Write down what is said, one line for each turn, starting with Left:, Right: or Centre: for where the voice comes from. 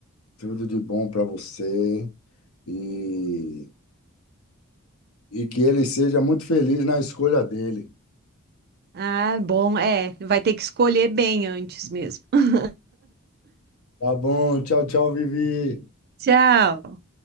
Left: tudo de bom para você. E, e que ele seja muito feliz na escolha dele.
Right: Ah, bom, é. Vai ter que escolher bem antes mesmo. <laughs>
Left: Tá bom? Tchau, tchau, Vivi.
Right: Tchau.